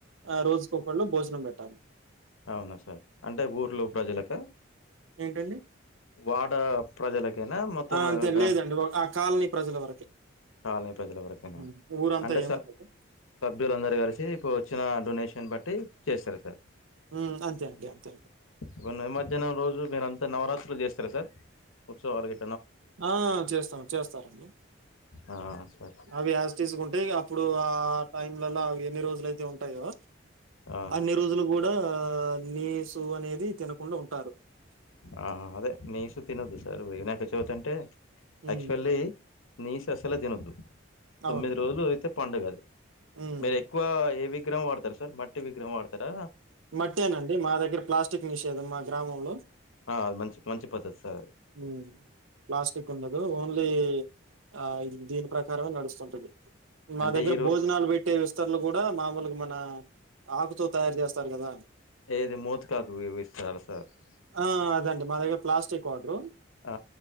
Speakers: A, on the right (about 75°); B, on the left (about 85°).
A: ఆ రోజ్ కొ కళ్ళు భోజనం బెట్టాలి
B: ఔన సార్ అంటే ఊర్లో ప్రజలకా
A: ఏంటండి
B: వాడ ప్రజలకేనా మొత్తము
A: ఆ! అంతే
B: గ్రా
A: లేదండి. ఒ ఆ కాలనీ ప్రజల వరకే.
B: కాల్నీ ప్రజల వరకేనా
A: హ్మ్. ఊరంతా
B: అంటె
A: ఏముండదు.
B: స సభ్యులందరూ గలిసి ఇపు వొచ్చిన డొనేషన్ బట్టి చేస్తర సార్
A: ఊ అంతే అండి అంతే అంతె
B: ఇబ్బుడు నిమజ్జనం రోజు మీరంతా నవరాత్రులు జేస్తర సార్ ఉచ్చవాలగి
A: ఆ చేస్తాము చేస్తామండి
B: ఆ సార్
A: అవి యాజ్ తీసుకుంటే ఇగ అప్పుడు ఆ టైమ్లలో అవి ఎన్ని రోజులైతే ఉంటయో
B: ఆ
A: అన్ని రోజులు గూడా నీసు అనేది తినకుండా ఉంటారు
B: ఆ అదే నీసు తినదు సార్ వినాయక చవితంటే
A: హ్మ్.
B: యాక్ష్వల్లీ నీసస్సలే దినొద్దు తొమ్మిది
A: అవును.
B: రోజులు అయితే పండుగ అది
A: హ్మ్.
B: మీరెక్కువ ఏ విగ్రం వాడుతర్ సార్ మట్టి విగ్రహం వాడుతరా
A: మట్టే నండి మా దగ్గిర ప్లాస్టిక్ నిషేధం మా గ్రామంలో
B: ఆ అది మంచి మంచి పద్ధత్ సార్ అది
A: ఊ ప్లాస్టిక్ ఉండదు ఓండ్లీ ఆ దీని ప్రకారమే నడుస్తుంటది మా
B: అంటే
A: దగ్గెర
B: ఈరో
A: భోజనాల్ బెట్టేస్ స్తర్లు గూడా మామొల్గ మనా ఆకుతో తయారు జేస్తారు గదా
B: ఏది మూతకాకువిస్తాలా సార్ <unintelligible>
A: ఆ అదండి మా దగ్గగర ప్లాస్టిక్ వాడ్రు
B: ఆ